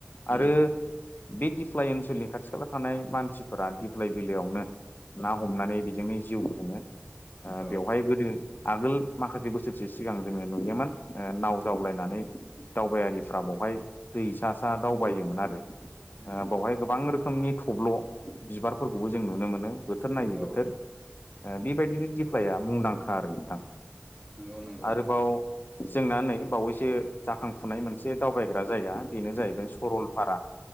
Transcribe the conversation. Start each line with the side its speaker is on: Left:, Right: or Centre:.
Left: आरो
Right: उम
Left: बे दिप्लाय ओनसोलनि खाथि खाला थानाय मानसिफोरा दिप्लाय बिलयावनो ना हमनानै बेजोंनो जिउ खुङो ओ
Right: औ
Left: बेवहाय गोदो आगोल माखासे बोसोरसे सिगां जोङो नुयोमोन नाव जावलायनानै दावबायारिफ्रा बेावहाय दैसा सा दावबायोमोन आरो ओ
Right: उम
Left: बावहाय गोबां रोखोमनि थब्ल' बिबारफोरखौबो जों नुनो मोनो बोथोर नायै
Right: औ
Left: बोथोर ओ बेबायदिनो दिफ्लाया मुंदांखा आरो नोंथां
Right: नंगौ नंगौ
Left: आरोबाव जोंना नै बावैसो जाखांफुनाय मोनसे दावबायगोन जायगा बेनो जाहैबाय सरलपारा